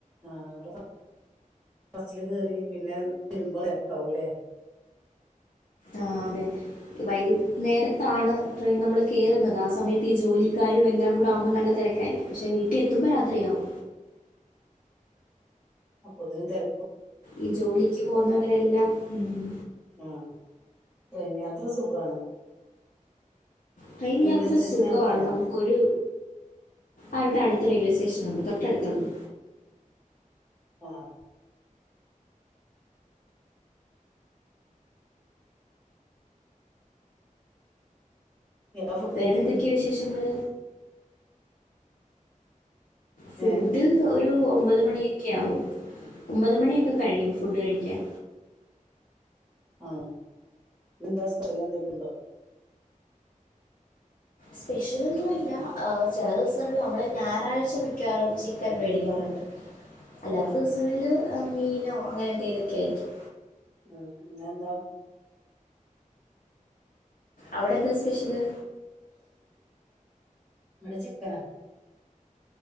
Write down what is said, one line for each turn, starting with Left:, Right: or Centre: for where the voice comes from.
Centre: ആ ഇങ്ങള് സ ബസ്സില് കേറി പിന്നെ ഇതി വരുമ്പോ തെരക്കാവൂലേ
Left: ആഹ് അതെ വൈകുന്നേരത്താണ് ട്രെയിൻ നമ്മൾ കേറ്ന്നത് ആഹ് സമയത്ത് ഈ ജോലിക്കാരും എല്ലാം കൂടെ ആവുമ്പോ നല്ല തെരക്കായിരിക്കും പക്ഷേ വീ എത്തുമ്പം രാത്രിയാവും.
Centre: അപ്പോത്ത്നും തെര
Left: ഈ ജോലിക്ക് പോവുന്നവരെല്ലാം, ഉം.
Centre: ആഹ് ട്രെയിൻ യാത്ര സുഖാണ്.
Left: ട്രെയിൻ
Centre: റെയിൽവേ
Left: യാത്ര
Centre: സ്റ്റേഷൻ
Left: സുഖാണ്.
Centre: അടുത്താണോ
Left: നമുക്കൊരു അവിടെ അടു റെയിൽവേ സേഷനുണ്ട് തൊട്ടടുത്തുണ്ട്.
Centre: ആഹ് എപ്പളാ ഫുഡ്
Left: വേറെന്തൊക്കെയാ
Centre: കഴിക്കല്
Left: വിശേഷങ്ങള്? ഫുഡ്
Centre: ഏഹ്
Left: ഒ ഒരു ഒമ്പത് മണിയൊക്കെ ആവും ഒമ്പത് മണിയൊക്കെ കഴിയും ഫുഡ് കഴിക്കാൻ.
Centre: ആഹ് എന്താ സ്പ്യല എന്തെങ്കിലും ഉണ്ടോ?
Left: സ്പെഷ്യലൊന്നുല്ല, ഏഹ് ചെല ദിവസങ്ങള് നമ്മള് ഞായറാഴ്ച മിക്കവാറും ചിക്കൻ മേടിക്കാറു അല്ലാത്ത
Centre: ആഹ്
Left: ദിവസങ്ങളില് മീനോ, അങ്ങനെ എന്തെക്കെ ആയിരിക്കും.
Centre: ഉം, പിന്ന എന്താ?
Left: അവിടെ എന്താ സ്പെഷ്യല്?
Centre: ഇവിടെ ചിക്കന.